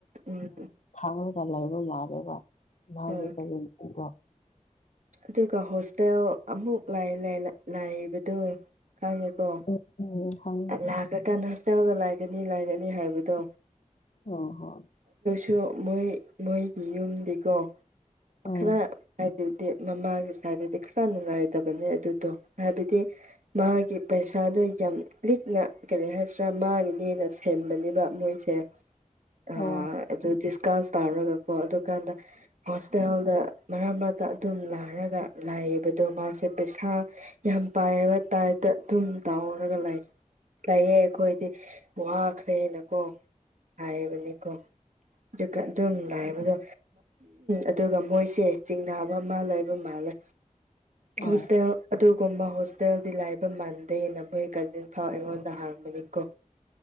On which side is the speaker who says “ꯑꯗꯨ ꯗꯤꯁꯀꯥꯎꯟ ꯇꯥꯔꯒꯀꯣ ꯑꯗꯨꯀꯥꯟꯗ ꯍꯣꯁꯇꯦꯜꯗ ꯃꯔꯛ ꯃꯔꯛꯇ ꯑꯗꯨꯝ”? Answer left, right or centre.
Right